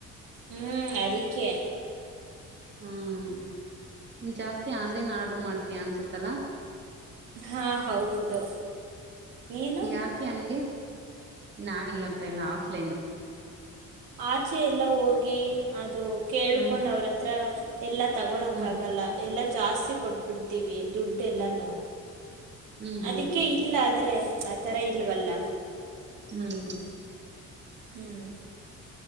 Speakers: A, on the right; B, on the right.
A: ಹ್ಮ್ ಅದಿಕ್ಕೆ
B: ಹ್ಮ್ ನೀ ಜಾಸ್ತಿ ಆನ್ಲೈನ್ ಆರ್ಡರ್ ಮಾಡ್ತೀಯ ಅನ್ಸುತ್ ತ್ತಲ
A: ಹಾ ಹೌದು ನೀನು
B: ಯಾಕೆ ಹಂಗೆ ನಾವಿಲ್ಲಪ್ಪ ಎಲ್ಲಾ ಆಫ್ಲೈನು
A: ಆ ಚೆ ಎಲ್ಲ ಹೋಗಿ ಅದು ಕೇಳ್ಕೊಂಡ್
B: ಹ್ಮ್
A: ಅವ್ರತ್ರ ಎಲ್ಲ ತಗೊಳಕ್
B: ಹ್ಮ್
A: ಆಗಲ್ಲ. ಎಲ್ಲ ಜಾಸ್ತಿ ಕೊಟ್ಬಿಡ್ತೀವಿ ದುಡ್ಡು ಎಲ್ಲಾನೂ
B: ಹ್ಮ್ ಹ್ಮ್
A: ಅದಿಕ್ಕೆ ಇಲ್ಲಾದ್ರೆ ಆತರ ಇಲ್ ಇಲ್ವಲ್ಲ.
B: ಹ್ಮ್
A: ಹ್ಮ್